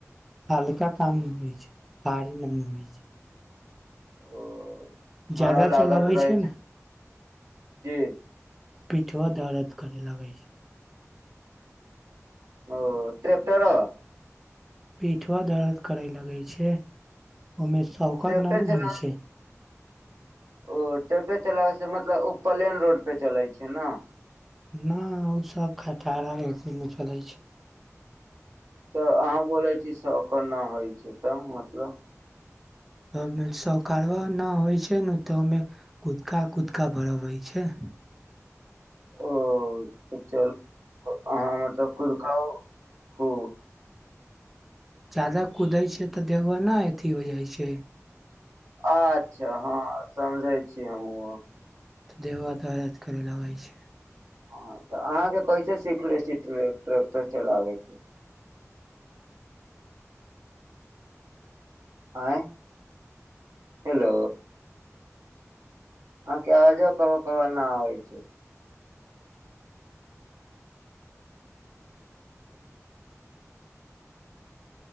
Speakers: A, in the centre; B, on the right (about 85°).
A: हल्का काम में होइ छै, भारी न होइ छै।
B: ओ हमरा
A: ज्यादा
B: लागत
A: चलबै
B: रहै छै,
A: ने
B: जी।
A: पिठवा दर्द करे लगै छै।
B: ओ ट्रैक्टर।
A: पिठवा दर्द करे लगे छै, ओयमे शौकर
B: ट्रैक्टर
A: न नू
B: चला
A: होइ छै।
B: ओ ट्रैक्टर चलाबै से मतलब, ओ प्लेन रोड पे चले छै ने।
A: न ओ सब खटारा रोड पे नइ चलै छै।
B: तऽ अहाँ बोलै छी शौकर न होइ छै, तऽ मतलब।
A: ओ शौकरवा न होइ छै ने, तऽ ओहिमें कुदका-कुदका भरबै छै।
B: ओ त चल, अहाँ मतलब कुदकाओ खूब।
A: जादा कुदै छै तऽ देहो ने अथी हो जाइ छै।
B: अच्छा हँ, समझै छी हमहुँओ।
A: देहवा दरद करे लगै छै।
B: ह तऽ अहाँके कैसे सीख ले छी, ट्रेक्टर चलाबे के। आँय हेलो। अहाँक अवाजवा कबो-कबो ना आबै छै।